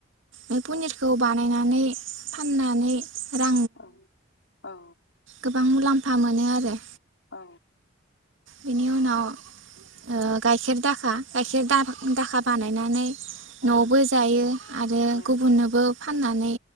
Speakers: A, on the right; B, on the left.
A: बे पनिरखौ बानायनानै फाननानै रा
B: औ औ।
A: रां गोबां मुलाम्फा मोनो आरो।
B: औ।
A: बेनि उनाव ओ गाइखेर दाखा गाइखेर दाबा दाखा बानायनानै
B: औ
A: न'आवबो जायो आरो
B: औ
A: गुबुननोबो फानना नै